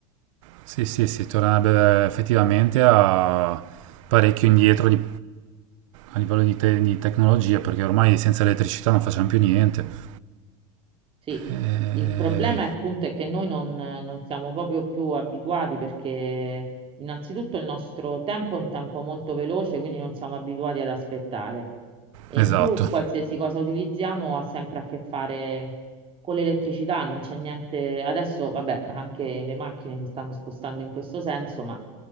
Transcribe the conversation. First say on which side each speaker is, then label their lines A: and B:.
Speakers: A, on the right; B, on the right.
A: Sì, sì, sì, tornerebbe effettivamente a parecchio indietro di- a livello di, te- di tecnologia, perché ormai senza elettricità non facciamo più niente.
B: Sì,
A: Eh,
B: il problema è appunto è che noi non, non siamo proprio più abituati perché innanzitutto il nostro tempo è un tempo molto veloce, quindi non siamo abituati ad aspettare. E
A: esatto,
B: in più qualsiasi cosa utilizziamo ha sempre a che fare con l'elettricità, non c'è niente. Adesso, vabbè, anche le macchine si stanno spostando in questo senso, ma